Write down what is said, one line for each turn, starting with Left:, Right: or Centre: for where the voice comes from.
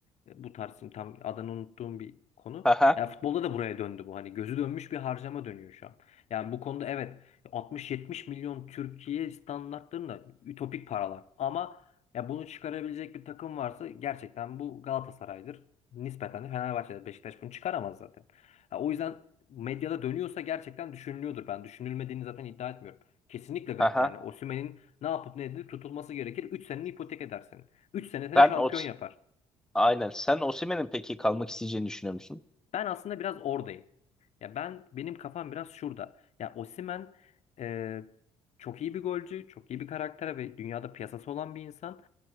Left: E, bu tarz şimdi tam adını unuttuğum bir konu.
Centre: Haha,
Left: Ya futbolda da buraya döndü bu. Hani gözü dönmüş bir harcama dönüyor şu an. Yani bu konuda evet 60-70 milyon Türkiye standartlarında ütopik paralar ama ya bunu çıkarabilecek bir takım varsa gerçekten bu Galatasaray'dır. Nispeten de Fenerbahçe'de Beşiktaş bunu çıkaramaz zaten. Ha, o yüzden medyada dönüyorsa gerçekten düşünülüyordur. Ben düşünülmediğini zaten iddia etmiyorum. Kesinlikle
Centre: haha.
Left: yani Osimhen'in ne yapıp ne edilip tutulması gerekir. 3 seneni ipotek eder senin. 3 sene seni
Centre: Sen
Left: şampiyon
Centre: o
Left: yapar.
Centre: aynen sen Osimhen'in peki kalmak isteyeceğini düşünüyor musun?
Left: Ben aslında biraz oradayım. Ya ben benim kafam biraz şurada. Ya Osimhen e, çok iyi bir golcü, çok iyi bir karaktere ve dünyada piyasası olan bir insan.